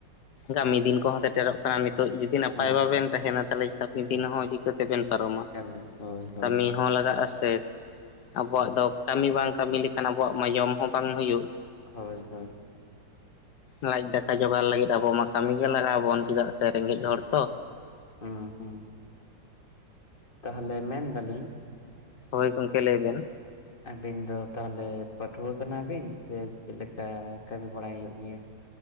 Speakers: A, on the left (about 65°); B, on the left (about 30°).
A: ᱠᱟᱹᱢᱤ ᱫᱤᱱ ᱠᱚᱦᱚᱸ ᱥᱮᱴᱮᱨ ᱚᱜ ᱠᱟᱱᱟ ᱱᱤᱛᱚᱜ ᱡᱩᱫᱤ ᱱᱟᱯᱟᱭ
B: ᱦᱮᱸ
A: ᱵᱟᱵᱮᱱ ᱛᱟᱦᱮᱱᱟ ᱛᱟᱦᱚᱞᱮ ᱦᱟᱯᱮᱱ
B: ᱦᱮᱸ
A: ᱫᱤᱱ ᱦᱚᱸ ᱪᱤᱠᱟᱹᱛᱮᱵᱮᱱ ᱯᱟᱨᱚᱢᱟ
B: ᱠᱟᱹᱢᱤ ᱦᱳᱭ ᱦᱳᱭ
A: ᱠᱟᱹᱢᱤ ᱦᱚᱸ ᱞᱟᱜᱟᱜᱼᱟ ᱥᱮ <unintelligible> ᱟᱵᱚ
B: ᱦᱮᱸ
A: ᱟᱜ ᱫᱚ ᱠᱟᱹᱢᱤ ᱵᱟᱝ ᱠᱟᱹᱢᱤ ᱞᱮᱠᱷᱟᱱ ᱟᱵᱚ ᱟᱜ ᱢᱟ ᱡᱚᱢ ᱦᱚᱸ ᱵᱟᱝ ᱦᱩᱭᱩᱜ᱾
B: ᱦᱳᱭ ᱦᱳᱭ
A: ᱞᱟᱡ ᱫᱟᱠᱟ ᱡᱚᱜᱟᱲ ᱞᱟᱹᱜᱤᱫ ᱟᱵᱚ ᱢᱟ ᱠᱟᱹᱢᱤ ᱜᱮ ᱞᱟᱜᱟᱣ ᱟᱵᱚᱱ ᱪᱮᱫᱟᱜ ᱥᱮ ᱨᱮᱸᱜᱮᱡ
B: ᱦᱩᱸ
A: ᱦᱚᱲ ᱛᱚ
B: ᱦᱩᱸ ᱦᱩᱸ ᱛᱟᱦᱚᱞᱮ ᱢᱮᱱᱫᱟᱞᱤᱧ
A: ᱦᱳᱭ ᱜᱚᱢᱠᱮ ᱞᱟᱹᱭ ᱵᱮᱱ
B: ᱟᱵᱤᱱ ᱫᱚ ᱛᱟᱦᱚᱞᱮ ᱯᱟᱹᱴᱷᱩᱣᱟᱹ ᱠᱟᱱᱟ ᱵᱤᱱ ᱥᱮ ᱪᱮᱫ ᱞᱮᱠᱟ ᱠᱟᱹᱢᱤ ᱵᱟᱲᱟᱭ ᱦᱩᱭᱩᱜ ᱜᱮᱭᱟ